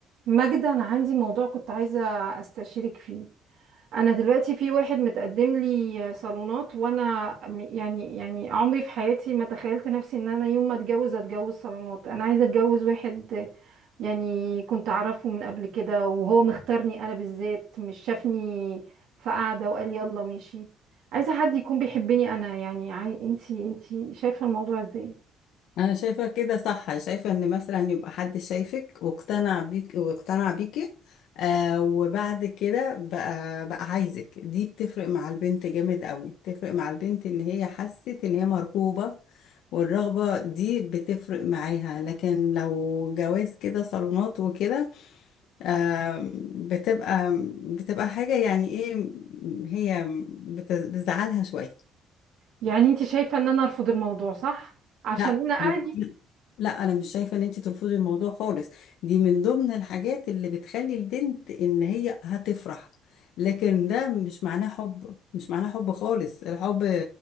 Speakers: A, on the right (about 75°); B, on the left (about 70°).
A: ماجدة أنا عندي موضوع كنت عايزة أستشيرك فيه أنا دلوقتي في واحد متقدم لي صالونات وأنا م- يعني يعني عمري في حياتي ما تخيلت نفسي إن أنا يوم ما أتجوز أتجوز صالونات أنا عايزة أتجوز واحد يعني كنت أعرفه من قبل كده وهو مختارني أنا بالذات مش شافني في قعدة وقال يلا ماشي عايزة حد يكون بيحبني أنا يعني عاي... أنتي أنتي شايفة الموضوع إزاي
B: انا شايفه كده صح شايفه ان مثلا يبقى حد شايفك واقتنع بيك واقتنع بيكي آه وبعد كده بقى بقى عايزك دي بتفرق مع البنت جامد قوي بتفرق مع البنت ان هي حست ان هي مرغوبه والرغبه دي بتفرق معاها لكن لو جواز كده صالونات وكده آه بتبقى بتبقى حاجه يعني ايه هي بت- بتزعلها شويه
A: يعني أنتي شايفة إن أنا أرفض الموضوع صح عشان
B: لا
A: أنا
B: لا
A: أهلي
B: لا انا مش شايفه ان انت ترفضي الموضوع خالص دي من ضمن الحاجات اللي بتخلي البنت ان هي هتفرح لكن ده مش معناه حب مش معناه حب خالص الحب